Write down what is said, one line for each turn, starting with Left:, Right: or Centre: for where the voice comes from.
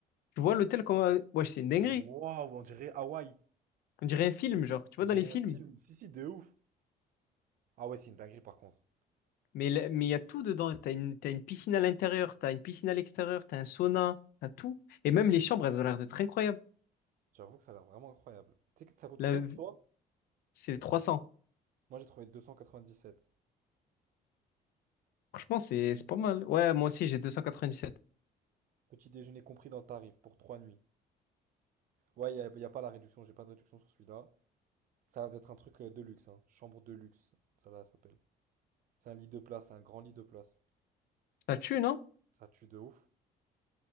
Left: Tu vois l'hôtel comment. Ouais, c'est une dinguerie.
Right: Mais waouh, on dirait Hawaï.
Left: On dirait un film, genre. Tu vois
Right: On dirait
Left: dans les films.
Right: un film. Si, si, de ouf. Ah ouais, c'est une dinguerie par contre.
Left: Mais là- mais il y a tout dedans. T'as une, t'as une piscine à l'intérieur, t'as une piscine à l'extérieur, t'as un sauna, t'as tout. Et même les chambres, elles ont l'air d'être incroyables.
Right: J'avoue que ça a l'air vraiment incroyable. Tu sais que ça coûte
Left: La...
Right: combien pour toi?
Left: C'est 300.
Right: Moi, j'ai trouvé 297.
Left: Franchement, c'est c'est pas mal. Ouais, moi aussi, j'ai 297.
Right: Petit déjeuner compris dans le tarif pour trois nuits. Ouais, il n'y a, y a pas la réduction. J'ai pas de réduction sur celui-là. Ça a l'air d'être un truc euh, de luxe, hein. Chambre de luxe. Ça là, ça s'appelle. C'est un lit de place, c'est un grand lit de place.
Left: Ça tue, non?
Right: Ça tue de ouf.